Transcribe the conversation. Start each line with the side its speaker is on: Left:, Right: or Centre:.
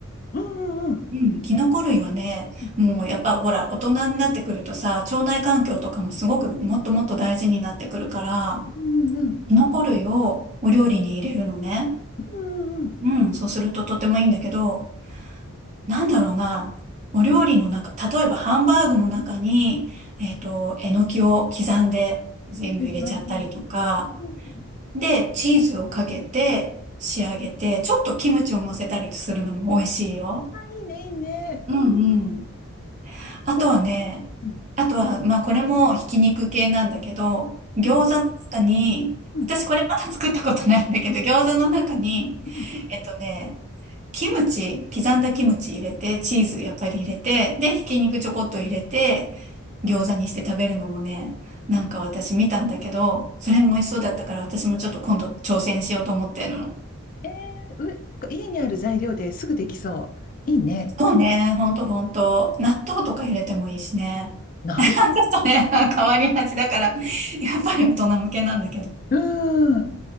Left: うんうんうん。
Right: うん、キノコ類はね、
Left: う
Right: もうやっぱほら、大人になってくるとさ、腸内環境とかもすごくもっともっと大事になってくるから、
Left: んうんうん。
Right: キノコ類をお料理に入れるのね。
Left: うんうん
Right: うん、そうするととてもいいんだけど、なんだろうな、お料理の中、例えばハンバーグの中に、えっと、えのきを刻んで全部入れちゃったりとか、
Left: うん。はいはいはい。うんうんうん
Right: で、チーズをかけて仕上げて、ちょっとキムチを乗せたりするのも美味しいよ。
Left: あ、いいね、いいね。
Right: うんうん。
Left: うん
Right: あとはね、
Left: うん
Right: あとは、まあこれもひき肉系なんだけど、
Left: うん
Right: 餃子の中に、
Left: うん
Right: 私これまだ作ったことないんだけど、餃子の中に、
Left: うん
Right: えっとね、キムチ、刻んだキムチ入れて、チーズやっぱり入れて、で、ひき肉ちょこっと入れて、餃子にして食べるのもね、なんか私見たんだけど、それも美味しそうだったから私もちょっと今度挑戦しようと思ってるの。
Left: えー、う、家にある材料ですぐできそう。いいね。
Right: そうね、ほんとほんと。納豆とか入れてもいいしね。
Left: なるほど。
Right: とね、<laughs> 変わりがちだから、やっぱり大人向けなんだけど。
Left: うん。